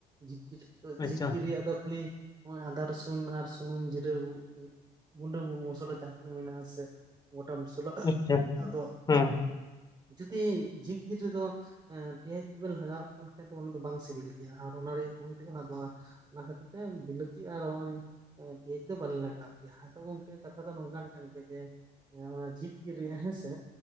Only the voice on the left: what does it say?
ᱟᱪᱪᱷᱟ
ᱟᱪᱪᱷᱟ
ᱦᱮᱸ